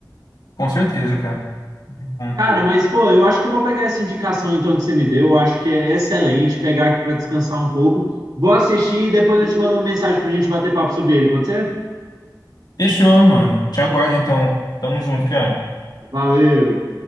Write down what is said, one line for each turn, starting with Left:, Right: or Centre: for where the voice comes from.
Left: Com certeza, cara. Bom.
Right: Cara, mas pô, eu acho que eu vou pegar essa indicação então que você me deu, eu acho que é excelente pegar aqui para descansar um pouco. Vou assistir e depois eu te mando uma mensagem para a gente bater papo sobre ele, pode ser?
Left: Fechou, mano. Te aguardo então. Tamo junto, cara.
Right: Valeu!